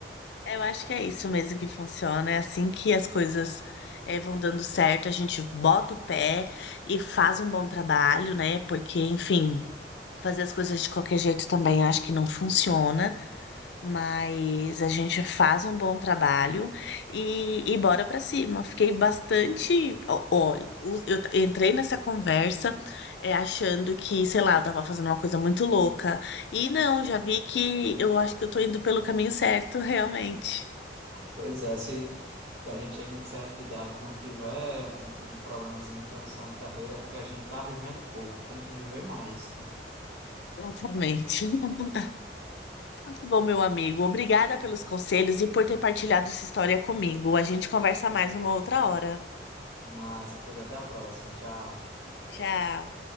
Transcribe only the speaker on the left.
É, Eu acho que é isso mesmo que funciona. É assim que as coisas eh, vão dando certo, a gente bota o pé e faz um bom trabalho, né? Porque, enfim, fazer as coisas de qualquer jeito também acho que não funciona, mas a gente faz um bom trabalho e, e bora pra cima. Fiquei bastante. ó- Olha, o- eu t- entrei nessa conversa eh, achando que, sei lá, eu tava fazendo uma coisa muito louca. E não, já vi que eu acho que eu tô indo pelo caminho certo, <laughs> realmente.
Exatamente. Então, tá bom, meu amigo. Obrigada pelos conselhos e por ter partilhado sua história comigo. A gente conversa mais uma outra hora.
Tchau.